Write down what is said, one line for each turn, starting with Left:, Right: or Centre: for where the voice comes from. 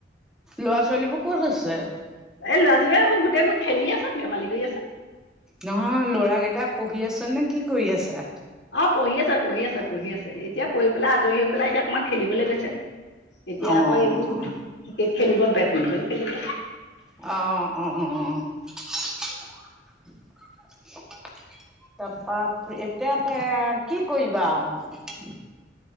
Centre: ল'ৰা- ছোৱালীবোৰ ক'ত আছে?
Left: এই ল'ৰা-ছোৱালী, এইবোৰ গোটেইবোৰ, খেলি আছে, ধেমালী কৰি আছে।
Centre: নহয়, ল'ৰাকেইটা পঢ়ি আছে নে, কি কৰি আছে?
Left: অ'! পঢ়ি আছে, পঢ়ি আছে, পঢ়ি আছে। এতিয়া, পঢ়ি পেলাই, আজৰি হৈ পেলাই, এতিয়া অকমমান খেলিবলৈ গৈছে। এতিয়া,
Centre: অ',
Left: আকৌ এইবোৰ, ক্ৰিকেট খেলিব, বেডমিন্টন খেলিব।
Centre: অ'! অ'-অ'-অ'! তাৰপৰা, এতিয়াতে কি কৰিবা আৰু?